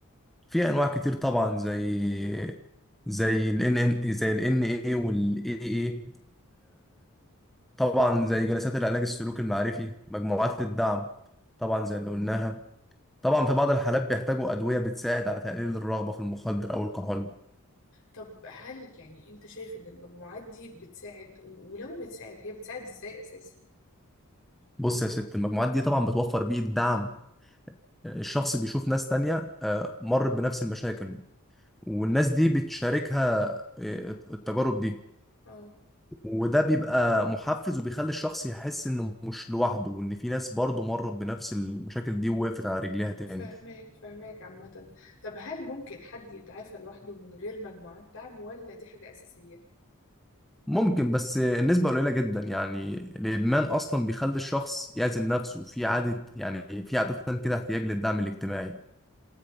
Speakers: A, in the centre; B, on the left.
A: في انواع كتير طبعا زي زي ال ان زي ال ان اي وال اي اي طبعا زي جلسات العلاج السلوكي المعرفي مجموعات الدعم طبعا زي اللي قلناها
B: اه
A: طبعا في بعض الحالات بيحتاجوا ادويه بتساعد على تقليل الرغبه في المخدر او الكحول
B: طب هل يعني أنت شايف إن المجموعات دي بتساعد و- ولو بتساعد هي بتساعد إزاي أساسا؟
A: بص يا ست المجموعات دي طبعا بتوفر بيئه دعم الشخص بيشوف ناس تانية آه، مرت بنفس المشاكل والناس دي بتشاركها آه، التجارب دي
B: اه
A: وده بيبقى محفز وبيخلي الشخص يحس انه مش لوحده وان في ناس برضه مرت بنفس المشاكل دي ووقفت على رجليها تاني
B: فهماك فهماك عامة طب هل ممكن حد يتعافى لوحده من غير مجموعات دعم ولا دي حاجة أساسية؟
A: ممكن بس النسبة قليلة جدا يعني الإدمان أصلا بيخلي الشخص يعزل نفسه في عادة يعني في عادة كده احتياج للدعم الاجتماعي